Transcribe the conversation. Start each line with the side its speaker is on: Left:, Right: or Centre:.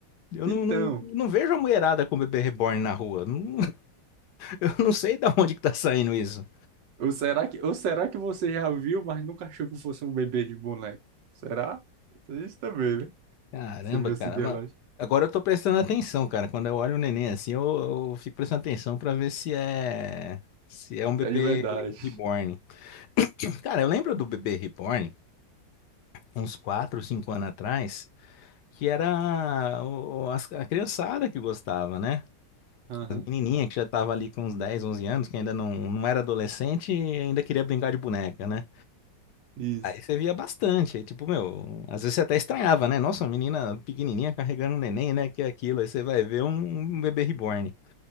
Left: Eu não,
Right: Então,
Left: não, não vejo a mulherada com bebê reborn na rua. Não- <laughs> eu não sei da onde que tá saindo isso.
Right: ou será que, ou será que você já viu, mas nunca achou que fosse um bebê de boneco? Será? Isso também, né?
Left: Caramba,
Right: Você viu
Left: cara.
Right: esse dia
Left: mas
Right: lá? Isso
Left: Agora eu tô prestando atenção, cara. Quando eu olho o neném assim, eu, eu fico prestando atenção pra ver se é se é um bebê
Right: é de verdade.
Left: reborn. <clears throat> Cara, eu lembro do bebê reborn uns 4, 5 anos atrás, que era o- o- as- a criançada que gostava, né?
Right: Aham.
Left: As menininhas que já tava ali com uns 10, 11 anos, que ainda não, não era adolescente e ainda queria brincar de boneca, né?
Right: Isso.
Left: Aí você via bastante, aí tipo, meu, às vezes você até estranhava, né? Nossa, uma menina pequenininha carregando um neném, né? Que é aquilo, aí você vai ver um, um bebê reborn.